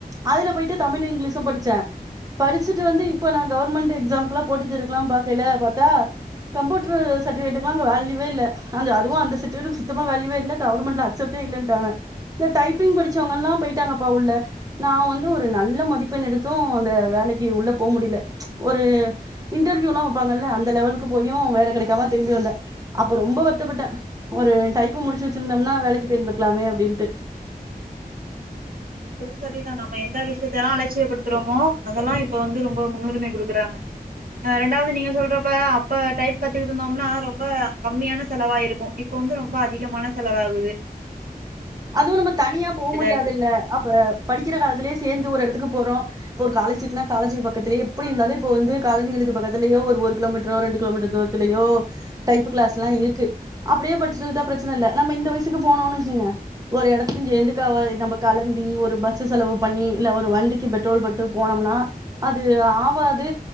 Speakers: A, on the right; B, on the right.
A: அதுல போய்ட்டு தமிழு இங்லீஷு படிச்சே படிச்சுட்டு வந்து இப்ப நா கவர்மெண்ட் எக்ஸாம்கெல்லா போட்டி தேர்வுக்கெல்லா பாக்கையில பாத்தா கம்யூட்டர் சர்டிஃபிகேட்டுகெல்லா அங்க வேல்யூவே இல்ல அதுவு அந்த சர்டிஃபிகேட்க்கு சுத்தமா வேல்யூவே இல்ல கவர்மெண்ட்ல ஷிப்டே இல்லன்டாங்க இந்த டைப்பிங் படிச்சவங்கல்லா போயிட்டாங்கப்பா உள்ள நா வந்து ஒரு நல்ல மதிப்பெண் எடுத்து அந்த வேலக்கி உள்ள போக முடியல ஒரு இன்டர்வியூல்லா வப்பாங்கல்ல அந்த லெவலுக்கு போயு வேல கெடக்காம திரும்பி வந்த அப்ப ரொம்ப வருத்தப்பட்ட ஒரு டைப்ப முடிச்சு வச்சிருந்தொம்னா வேலக்கி போயிருந்துக்லாமே அப்டின்ட்டு
B: அதும் சரிதா நம்ம எந்த விஷ்யத்த அலட்சியப்படுத்துறோமோ அதெல்லா இப்ப வந்து ரொம்ப முன்னுரிமை குடுக்குறாங்க ரெண்டாவது நீங்க சொல்றப்ப அப்ப டைப் கத்துக்கிட்ருந்தோம்னா ரொம்ப கம்மியான செலவாயிருக்கு இப்ப வந்து ரொம்ப அதிகமான செலவாவுது
A: அதுவு நம்ம தனியா போ முடியாதுல்ல
B: இருக்கு
A: அப்ப படிக்கிற காலத்துலயே சேந்து ஒரு எடத்துக்கு போறோ இப்ப ஒரு காலேஜ்க்னா காலேஜிக்கு பக்கத்லயே எப்டி இருந்தாலு இப்ப வந்து காலேஜிகளுக்கு பக்கத்லயே ஒரு கிலோமீட்ரோ ரெண்டுகிலோமீட்டர் தூர த்துலயோ டைப்பு கிளாஸ்லா இருக்கு அப்டியே படிச்சிட்டு வந்துட்டா பிரச்சன இல்ல நம்ம இந்த வயசுக்கு போனோனு வச்சுக்குங்க ஒரு எடத்துக்கு இங்கேந்துக்க அவ நம்ம கெளம்பி ஒரு பஸ்ஸு செலவு பண்ணி இல்ல ஒரு வண்டிக்கு பெட்ரோல் போட்டு போனொம்னா அது ஆவாது